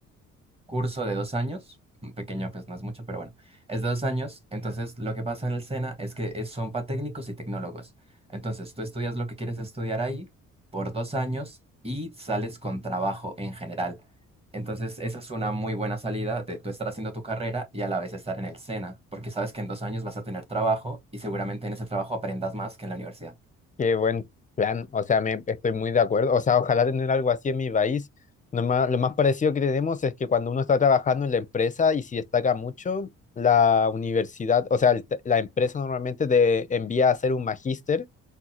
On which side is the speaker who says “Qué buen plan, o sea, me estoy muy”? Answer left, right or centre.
Left